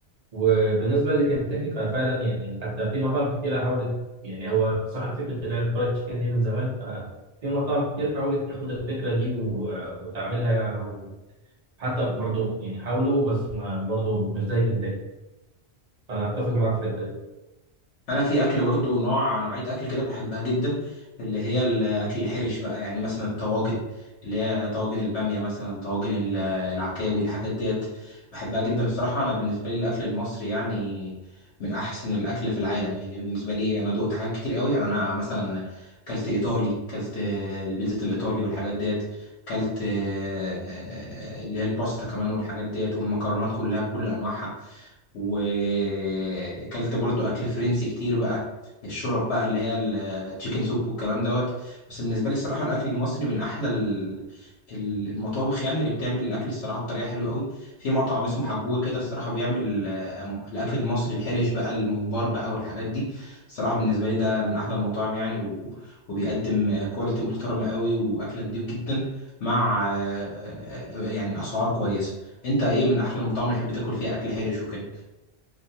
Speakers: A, on the right; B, on the left.
A: وبالنسبة لكنتاكي ففعلا يعني حتى في مطاعم كتيرة حاولت يعني هو صاحب فكرة اللي هي الفرايد تشيكن دي من زمان ففي مطاعم كتير حاولت تاخد الفكرة دي و- وتعملها حتى برضو يعني حاولوا بس ما برضو مش زي كنتاكي فأنا أتفق معاك في الحتة دي
B: انا في اكل برضو نوع نوعيه اكل كده بحبها جدا اللي هي الاكل الحرش بقى يعني مثلا الطواجن اللي هي طواجن الباميه مثلا طواجن ال- العكاوي الحاجات ديت بحبها جدا الصراحه انا بالنسبه لي الاكل المصري يعني من احسن الاكل في العالم يعني بالنسبه لي انا دقت حاجات كتير قوي يعني انا مثلا كلت ايطالي كلت البيتزا الايطالي والحاجات ديت كلت آه، اللي هي الباستا كمان والحاجات ديت والمكرونات كلها بكل انواعها وكلت برضو اكل فرنسي كتير بقى الشرب بقى اللي هي التشيكن سوب والكلام دوت بس بالنسبه لي الصراحه الاكل المصري من احلى ال- ال- المطابخ يعني اللي بتعمل الاكل الصراحه بطريقه حلوه قوي في مطعم اسمه حجوجه كده الصراحه بيعمل آه، م- الاكل المصري الحرش بقى الممبار بقى والحاجات دي الصراحه بالنسبه لي ده من احلى المطاعم يعني و- وبيقدم آه، كواليتي محترمه قوي واكل نضيف جدا مع آه، آه، يعني اسعار كويسه انت ايه من احلى المطاعم اللي تحب تاكل فيها اكل حرش وكده